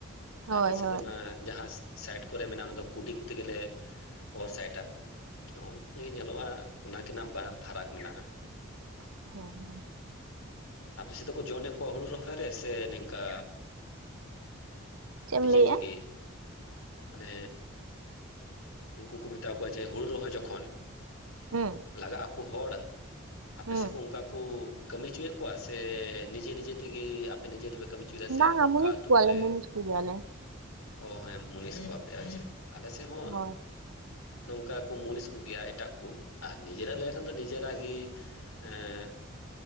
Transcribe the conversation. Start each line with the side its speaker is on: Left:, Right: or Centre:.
Right: ᱦᱳᱭ
Left: ᱟᱞᱮ
Right: ᱦᱳᱭ
Left: ᱥᱮ ᱫᱚ ᱚᱱᱟ ᱡᱟᱦᱟᱸ ᱥᱟᱭᱤᱴ ᱠᱚᱨᱮ ᱢᱮᱱᱟᱜᱼᱟ ᱚᱱᱟ ᱫᱚ ᱠᱩᱰᱤ ᱠᱚᱛᱮ ᱜᱮᱮᱞᱮ ᱚᱨ ᱥᱟᱭᱤᱴᱟ᱾ ᱱᱚᱜᱼ ᱱᱚ ᱜᱮ ᱧᱮᱞᱚᱜᱼᱟ ᱚᱱᱟᱠᱤᱱᱟᱜ ᱵᱟᱱᱟᱨ ᱯᱷᱟᱨᱟᱠ ᱢᱮᱱᱟᱜᱼᱟ᱾
Right: <unintelligible>
Left: ᱟᱯᱮ ᱥᱮᱫ‌ ᱫᱚ ᱡᱚᱱᱮ ᱠᱚ ᱦᱩᱲᱩ ᱨᱚᱦᱚᱭ ᱥᱮ ᱱᱤᱝᱠᱟ
Right: ᱪᱮᱫ
Left: ᱱᱤᱡᱮ
Right: ᱮᱢ ᱞᱟᱹᱭᱮᱜᱼᱟ?
Left: ᱛᱤᱜᱤ ᱢᱟᱱᱮ ᱩᱱᱠᱩ ᱠᱚ ᱢᱮᱛᱟ ᱠᱚᱣᱟ ᱡᱮ ᱦᱩᱲᱩ ᱨᱚᱦᱚᱭ ᱡᱚᱠᱷᱚᱱ
Right: ᱦᱩᱸ
Left: ᱞᱟᱜᱟᱜ ᱟᱠᱚ ᱦᱚᱲ ᱠᱚ ᱟᱯᱮ
Right: ᱦᱩᱸ
Left: ᱥᱮᱜ ᱚᱱᱠᱟ ᱠᱩ ᱠᱟᱹᱢᱤ ᱦᱚᱪᱚᱭᱮ ᱠᱚᱣᱟ ᱥᱮ ᱱᱤᱡᱮ ᱱᱤᱡᱮ ᱛᱮᱜᱮ ᱟᱯᱮ ᱱᱤᱡᱮ ᱛᱮᱯᱮ ᱠᱟᱹᱢᱤ ᱪᱮᱫᱟᱜ ᱥᱮ
Right: ᱵᱟᱝᱟ
Left: ᱟᱨᱦᱚᱸ ᱚᱱᱠᱟ
Right: ᱢᱩᱱᱤᱥ
Left: ᱟᱹᱛᱩ
Right: ᱠᱚᱣᱟᱞᱮ
Left: ᱠᱚᱨᱮ
Right: ᱢᱩᱱᱤᱥ ᱠᱚᱜᱮᱭᱟᱞᱮ
Left: ᱚ ᱦᱮᱸ ᱢᱩᱱᱤᱥ ᱠᱚ ᱟᱯᱮ ᱟ ᱟᱞᱮ ᱥᱮᱫ ᱦᱚᱸ
Right: ᱦᱳᱭ
Left: ᱱᱚᱝᱠᱟ ᱠᱚ ᱢᱩᱱᱤᱥ ᱠᱚᱜᱮᱭᱟ ᱮᱴᱟᱜ ᱠᱚ ᱟᱨ ᱱᱤᱡᱮᱨᱟᱜ ᱞᱟᱹᱭ ᱞᱮᱠᱷᱟᱱ ᱫᱚ ᱱᱤᱡᱮᱨᱟᱜ ᱜᱤ ᱦᱮᱸ